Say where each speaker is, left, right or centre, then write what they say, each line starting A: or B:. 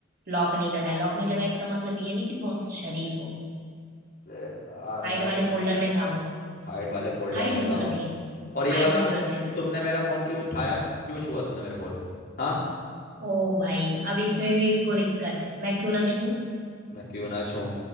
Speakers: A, on the right; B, on the left.
A: लॉक नहीं लगाया लॉक नहीं लगाया इसका मतलब ये नहीं कि तुम बहुत शरीफ हो
B: ए, यार
A: हाइड
B: मैं
A: वाले फोल्डर में था वो
B: हाइड वाले फोल्डर
A: हाइड
B: में
A: में
B: था
A: क्यों
B: वो
A: रखी थी
B: और ये
A: हाइड
B: बता
A: में क्यों रखे थे तुम
B: तुमने मेरा फोन क्यों उठाया क्यों छुआ तुमने मेरा फोन हाँ
A: ओ भाई अब इसमें भी इसको दिक्कत है मैं क्यों ना छू
B: मैं क्यों ना छूऊं